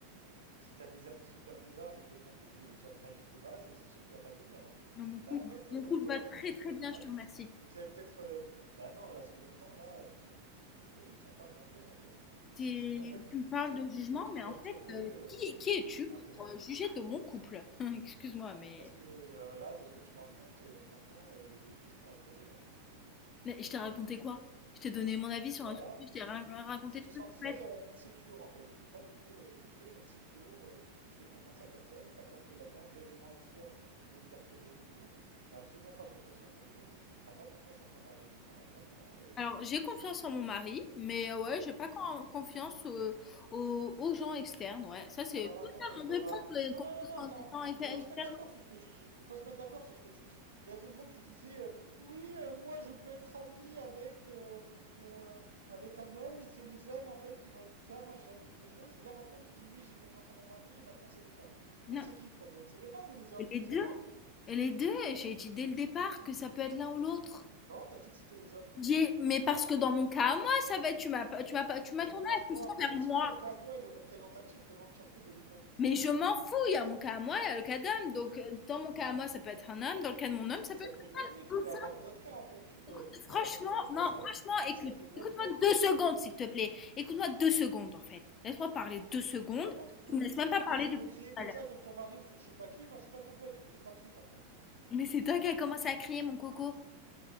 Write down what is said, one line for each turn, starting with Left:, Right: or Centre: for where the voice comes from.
Right: Si t'as des amis super bizarres et que ton couple est déjà fragile de base, c'est sûr qu'il va pas tenir, hein.
Left: Non, mon couple
Right: Bah en fait, euh,
Left: mon
Right: remets-toi
Left: couple va
Right: juste
Left: très,
Right: en question
Left: très
Right: avec
Left: bien,
Right: ton mari.
Left: je te remercie.
Right: Vous avez peut-être, euh, bah non, là, ce que j'entends là, ton, ton couple, euh, il tient pas à grand-chose en fait.
Left: T'es
Right: Si juste un ami
Left: tu me
Right: peut
Left: parles
Right: venir
Left: de jugement,
Right: et tout
Left: mais
Right: perturber,
Left: en fait, heu,
Right: euh,
Left: qui qui es-tu
Right: non
Left: pour,
Right: mais
Left: heu, juger de mon couple? <laughs> Excuse-moi, mais
Right: parce que euh, là, de ce que tu me racontes, euh, franchement, euh, il y a des questions à se poser, hein.
Left: mais je t'ai raconté quoi? Je t'ai donné mon avis sur
Right: Bah
Left: un sujet,
Right: là,
Left: je t'ai rien raconté
Right: Je te
Left: de plus,
Right: sens
Left: en
Right: très
Left: fait.
Right: euh, insecure en fait. T'es pas du tout, euh, t'es très insecure. euh, tu fais confiance à personne. T'as peur que le moindre élément externe vienne perturber ton couple. T'as absolument pas confiance en ton couple. T'as pas confiance en ton mari. Enfin, vraiment. euh,
Left: Alors, j'ai confiance en mon mari, mais euh, ouais, j'ai pas
Right: Oui.
Left: con confiance, heu, aux aux gens externes, ouais. Ça, c'est
Right: Alors
Left: totalement
Right: attends, il faudra.
Left: vrai. Pourquoi tu aurais
Right: Non,
Left: confiance
Right: non, non, non,
Left: en
Right: attends.
Left: des gens
Right: Mais il faut
Left: externes?
Right: se mettre d'accord sur ce que tu dis. Il faut se mettre d'accord sur ce que tu dis. Il y a deux secondes, tu disais euh, oui, euh, moi je peux être ami avec euh, euh, avec un homme et c'est les hommes en fait qui vont être bizarres. Moi j'ai jamais eu de choses. Et là maintenant tu dis oui, j'ai confiance en mon mari et maintenant c'est les femmes. Donc
Left: Non,
Right: c'est qui le problème? C'est les femmes ou les hommes?
Left: et
Right: Il
Left: les
Right: faut
Left: 2,
Right: savoir.
Left: les 2 j'ai dit dès le départ que ça peut être l'un ou l'autre.
Right: Non, t'as dit que c'était les hommes.
Left: J'ai mais parce que dans mon cas à moi, ça va être tu m'as pas, tu m'as pas tu m'as
Right: Et ton
Left: tourné
Right: cas
Left: la
Right: à toi,
Left: question
Right: mais
Left: vers
Right: est-ce
Left: moi.
Right: que ton cas à toi il est représentatif de l'entièreté de l'humanité?
Left: Mais je m'en fous, il y a mon cas à moi, il y a le cas d'homme. Donc heu, dans mon cas à moi, ça peut être un homme, dans le cas de mon homme, ça
Right: Mais
Left: peut
Right: ça
Left: être
Right: peut évoluer. Tu
Left: tout
Right: peux avoir
Left: ça.
Right: d'autres cas en fait. Tu peux
Left: Écoute,
Right: rencontrer
Left: franchement,
Right: d'autres
Left: non,
Right: personnes
Left: franchement, écoute,
Right: et ça fait d'autres
Left: écoute-moi
Right: cas.
Left: 2 secondes, s'il te plaît. Écoute-moi 2 secondes, en fait. Laisse-moi parler 2 secondes.
Right: Par contre, écoute,
Left: Tu me laisses même
Right: peut-être
Left: pas parler
Right: que tu
Left: depuis
Right: peux crier
Left: tout
Right: comme
Left: à l'heure.
Right: ça sur ton mari ou sur je sais pas qui. Moi, je suis pas ton pote, tu me cries pas dessus, par contre.
Left: Mais c'est toi qui as commencé à crier, mon coco.